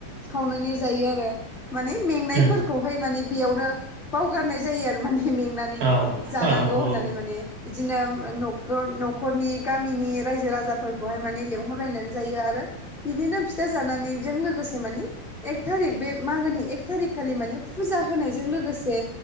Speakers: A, on the left; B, on the right.
A: सावनानै जायो आरो माने मेंनायफोरखौ
B: उम
A: ओमफाय माने बेयावनो बावारनाय जायो आरो माने मेंना नानै
B: औ
A: जानांगौ
B: औ
A: होननानै
B: उम
A: माने बिदिनो न'खरनि गामिनि रायजो राजाफोरखौहाय माने लेंहरलायनानै जायो आरो बिनिनो फिथा जानानैजों लोगोसे माने एक थारिक बे मागोनि एक थारिक खालि माने फुजा होनायजों लोगोसे